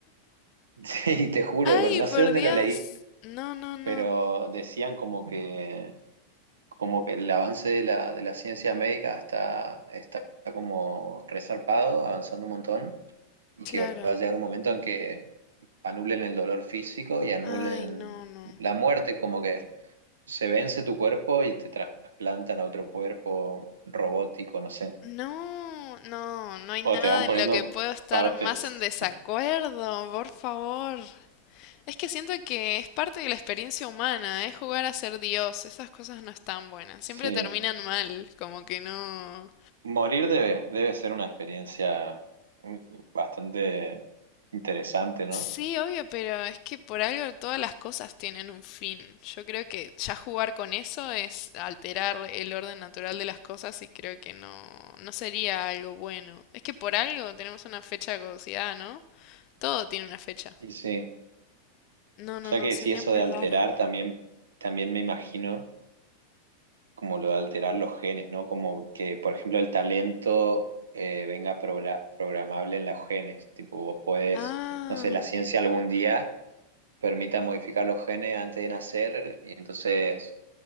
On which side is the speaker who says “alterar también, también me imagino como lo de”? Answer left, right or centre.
Right